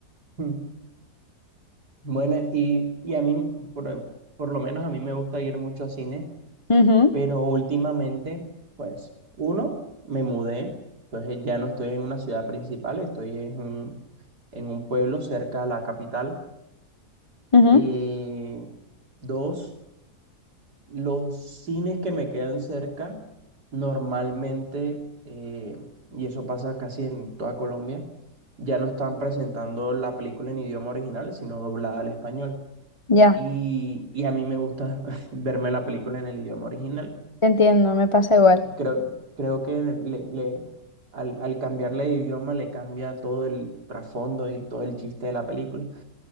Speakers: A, on the right; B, on the left.
A: mm. Bueno, y, y a mí, por, por lo menos a mí me gusta ir mucho a cine,
B: <laughs> Ujú,
A: pero últimamente, pues, uno, me mudé, entonces ya no estoy en una ciudad principal, estoy en un, en un pueblo cerca a la capital.
B: ujú,
A: Eh, dos, Los cines que me quedan cerca, normalmente, eh, y eso pasa casi en toda Colombia, ya no están presentando la película en idioma original, sino doblada al español.
B: Ya,
A: Y, y a mí me gusta <laughs> verme la película en el idioma original.
B: te entiendo, me pasa igual.
A: Creo, creo que le, le- al, al cambiarle de idioma le cambia todo el trasfondo y todo el chiste de la película.